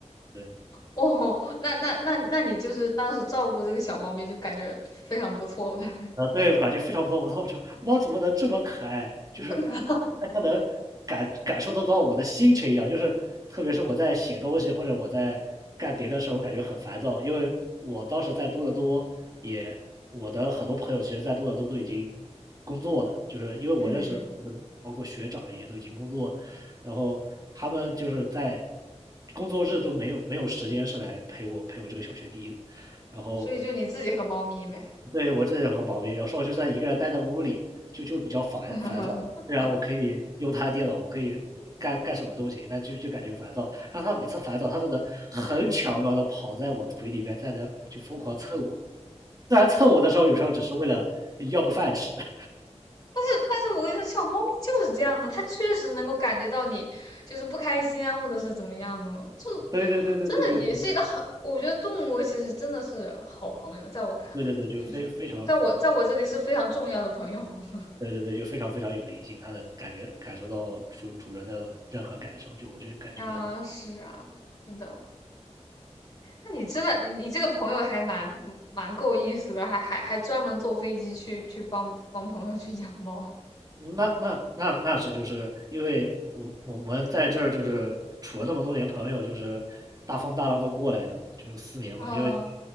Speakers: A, on the right; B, on the left.
A: 对。
B: 哦，那那那那你就是当时照顾这个小猫咪，就感觉非常不错呗。
A: 呃，对，我感觉非常不错。我操，这猫怎么能这么可爱？就是它，
B: <laughs>
A: 它它能感感受得到我的心情一样。就是特别是我在写东西或者我在干别的事儿，我感觉很烦躁，因为我当时在多伦多也，我的很多朋友其实，在多伦多都已经工作了，就是因为我认识的朋友们包括学长一些都已经工作了，
B: 嗯，
A: 然后他们就是在工作日都没有没有时间是来陪我陪我这个小学弟的，然后
B: 所以就你自己和猫咪呗。
A: 对，我这人很毛病，有时候就算一个人待在屋里，就就比较烦烦躁。
B: <laughs>
A: 虽然我可以用他的电脑，我可以呃干干什么都行，但就就感觉烦躁。然后他每次烦躁，他都能很巧妙的跑在我腿里边，在那就疯狂蹭我。虽然蹭我的时候，有时候只是为了要个饭吃。<laughs>
B: 但是但是我跟你说，小猫咪就是这样的，它确实能够感觉到你就是不开心啊，或者是怎么样的哦，就
A: 对对对对对对对对
B: 真的也是一个很，我觉得动物其实真的是好朋友，在我看来，
A: 对对对，就非非常
B: 就是在我在我这里是非常重要的朋友 <laughs>
A: 对对对，就非常非常有灵性，他能感觉感受到主主人的任何感受，就我就感觉哇，
B: 啊，是啊，真的。那你真的，你你这个朋友还蛮嗯蛮够意思的，还还还专门坐飞机去去帮帮朋友去养猫
A: 那那那那是就是因为我我们在这儿就是处了那么多年朋友，就是大风大浪都过来的嘛，就是四年嘛，
B: 啊
A: 因为